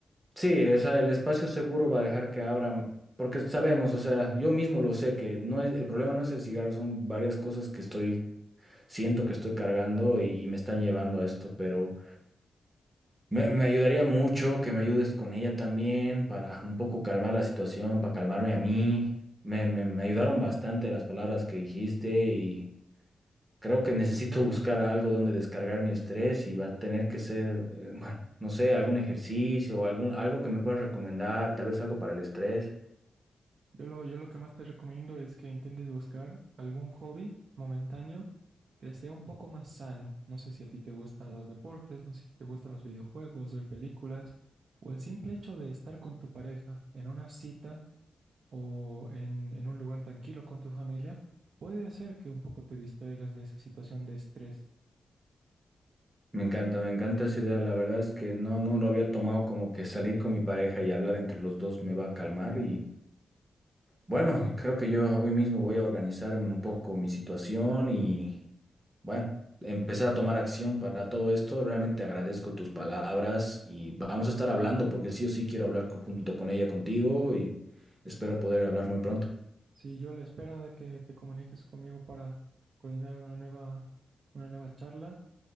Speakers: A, on the right; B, on the right.
A: Sí, o sea, el espacio seguro va a dejar que abran, porque sabemos, o sea, yo mismo lo sé que no es, el problema no es el cigarro, son varias cosas que estoy, siento que estoy cargando y, y me están llevando a esto, pero me, me ayudaría mucho que me ayudes con ella también para un poco calmar la situación, para calmarme a mí. Me, me, me ayudaron bastante las palabras que dijiste Creo que necesito <laughs> buscar algo donde descargar mi estrés y va a tener que ser, eh, <laughs> bueno, no sé, algún ejercicio o algún, algo que me puedas recomendar, tal vez algo para el estrés.
B: Yo lo, yo lo que más te recomiendo es que intentes buscar algún hobby momentáneo que sea un poco más sano. No sé si a ti te gustan los deportes, no sé si te gustan los videojuegos, ver películas, o el simple hecho de estar con tu pareja en una cita o en, en un lugar tranquilo con tu familia, puede hacer que un poco te distraigas de esa situación de estrés.
A: Me encanta, me encanta esa idea. La verdad es que no, no lo había tomado como que salir con mi pareja y hablar entre los dos me va a calmar Bueno, creo que yo hoy mismo voy a organizarme un poco mi situación y, bueno, empezar a tomar acción para todo esto. Realmente agradezco tus palabras y vamos a estar hablando porque sí o sí quiero hablar con- junto con ella contigo y espero poder hablar muy pronto.
B: Sí, yo a la espera de que te comuniques conmigo para coordinar una nueva, una nueva charla